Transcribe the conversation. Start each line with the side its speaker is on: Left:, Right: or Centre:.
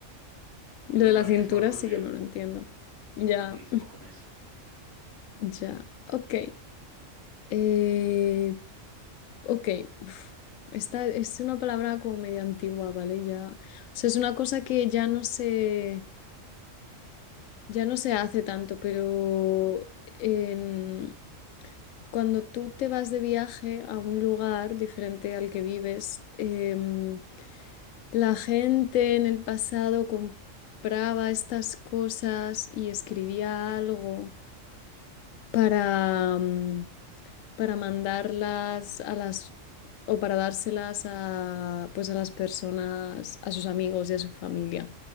Left: Lo
Right: Fue lo
Left: de
Right: mejor
Left: la cintura
Right: que se me ocurrió.
Left: sí que no lo entiendo.
Right: Mm,
Left: Ya,
Right: Perdidísimo con eso.
Left: ya. Ok. Eh, ok, uf, esta es una palabra como medio antigua, ¿vale? Ya, o sea, es una cosa que ya no se, ya no se hace tanto, pero en- cuando tú te vas de viaje a un lugar diferente al que vives, em, la gente en el pasado compraba estas cosas y escribía algo para, mm, para mandarlas a las o para dárselas a pues a las personas, a sus amigos y a su familia.